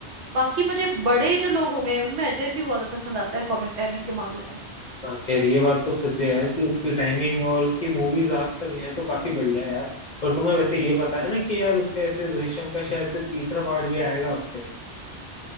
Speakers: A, on the right (about 85°); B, on the left (about 50°).
A: बाकी मुझे बड़े जो लोग हो गए उनमें अजय भी बहुत पसंद आता है कॉमिक टाइमिंग के मामले में
B: हाँ, खैर ये बात तो सच है यार कि उसकी टाइमिंग और उसकी मूवीज आज तक हैं तो काफी बढ़िया है यार और तुम्हें वैसे ये पता है ना कि यार उसका ऐसे दृश्यम का शायद से तीसरा पार्ट भी आएगा अब से